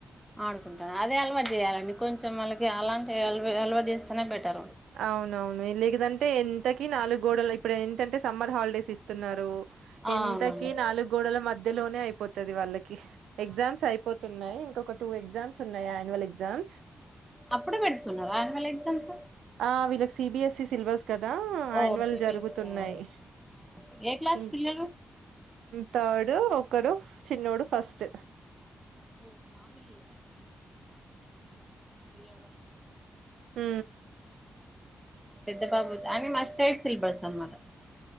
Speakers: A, in the centre; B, on the right.
A: ఆడుకుంటాను అదే అలవాటు చేయాలండి కొంచెం మళ్ళకి అలాంటి అలవాటు చేస్తేనే బెటరు
B: అవునవును లేదంటే ఎంతకి నాలుగు గోడలు ఇప్పుడు ఏంటంటే సమ్మర్ హాలిడేస్ ఇస్తున్నారు
A: అవునండి
B: ఎంతకి నాలుగు గోడల మధ్యలోనే అయిపోతుది వాళ్ళకి
A: ఆ
B: ఎగ్జామ్స్ అయిపోతున్నాయి ఇంకొక టూ ఎగ్జామ్స్ ఉన్నాయి యాన్యువల్ ఎగ్జామ్స్
A: అప్పుడే పెడుతున్నారా అహవల్ ఎగ్జామ్స్
B: ఆ వీళ్ళకి సిబిఎస్ఈ సిలబస్ కదా
A: ఓ
B: యాన్యువల్
A: సిబిఎస్ఈ
B: జరుగుతున్నాయి
A: ఆ ఓకే ఏ క్లాస్
B: ఇ
A: పిల్లలు
B: త డ్ ఒకరు చిన్నోడు ఫస్ట్
A: ఓ మా పిల్లలు టయిపో మా పిల్ల
B: హ
A: పెద్ద పాబ అ మాది స్టేట్ సిలబస్ అనమాట